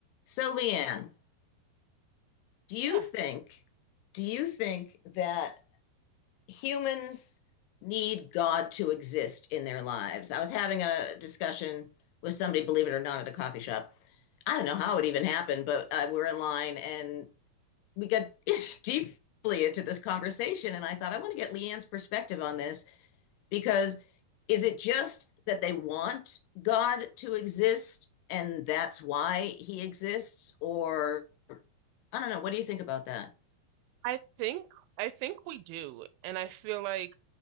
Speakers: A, on the left; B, on the right.
A: So, Leanne, do you
B: Yeah,
A: think do you think that humans need God to exist in their lives? I was having a discussion with somebody, believe it or not, at a coffee shop. I don't know how it even happened, but uh, we're in line and we got <laughs> deeply into this conversation. And I thought, I want to get Leanne's perspective on this because is it just that they want God to exist and that's why he exists? Or I don't know. What do you think about that?
B: I think I think we do. And I feel like